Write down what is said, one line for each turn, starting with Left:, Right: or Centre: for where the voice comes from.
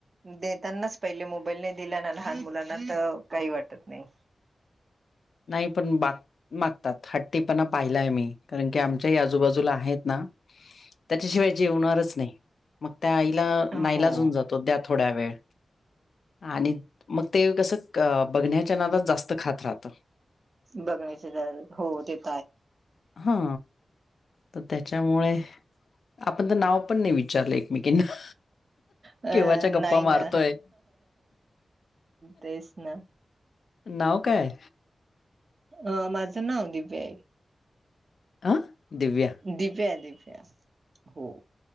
Right: देतानाच पहिले मोबाईल नाही दिला ना लहान मुलांना तर काही वाटत नाही.
Left: नाही पण बाकी मागतात हट्टीपणा पाहिलाय मी कारण की आमच्याही आजूबाजूला आहेत ना. त्याच्याशिवाय जेवणारच नाही मग त्या आईला नाहीलाजून
Right: हो
Left: जातो द्या थोड्या वेळ आणि मग ते कसं बघण्याच्या नादात जास्त खात राहतात.
Right: बघण्या हो ते प
Left: हा. तर त्याच्यामुळे आपण तर नाव पण नाही विचारलं एकमेकींना
Right: अ
Left: केव्हाच्या गप्पा
Right: नाही
Left: मारतोय.
Right: <unintelligible> ना तेच ना
Left: नाव काय?
Right: अ माझं नाव दिव्या आहे.
Left: अ? दिव्या.
Right: दिव्या दिव्या हो.